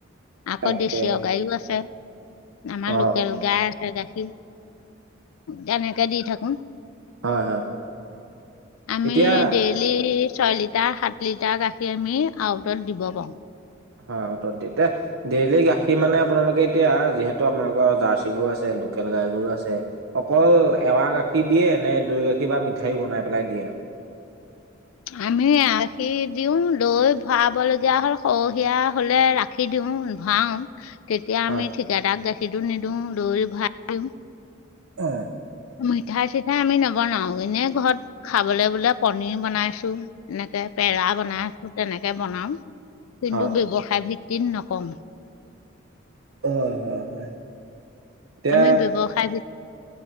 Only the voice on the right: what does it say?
তাকেহে
অ
হয় হয়
এতিয়া
অ ত এতিয়া ডেইলি গাখীৰ মানে আপোনালোকে এতিয়া যিহেতু আপোনালোকৰ জাৰ্চি গৰু আছে লোকেল গাই গৰু আছে। অকল এৱাহ গাখীৰ দিয়ে। ম দৈ গাখীৰ বা মিঠাইও বনাই পেলাই দিয়ে।
হয়
উম
হয়
হয়- হয়- হয় এতিয়া